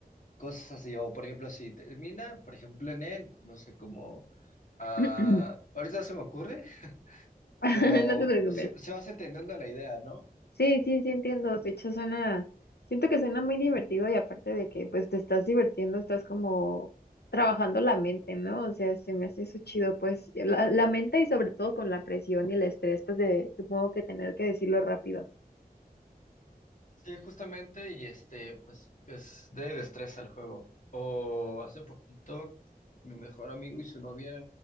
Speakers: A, on the left; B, on the left.
A: cosas así, o por ejemplo, si termina, por ejemplo, en N, no sé cómo, ah,
B: <clears throat>
A: ahorita no se me ocurre,
B: <laughs>
A: pero
B: No te preocupes.
A: se, se vas entendiendo la idea, ¿no?
B: Sí, sí, sí entiendo. De hecho, suena, siento que suena muy divertido y aparte de que pues te estás divirtiendo, estás como trabajando la mente, ¿no? O sea, se me hace eso chido, pues, y la, la mente y sobre todo con la presión y el estrés, pues de supongo que tener que decirlo rápido.
A: Sí, justamente, y este, pues es de destreza el juego. O hace poquito, mi mejor amigo y su novia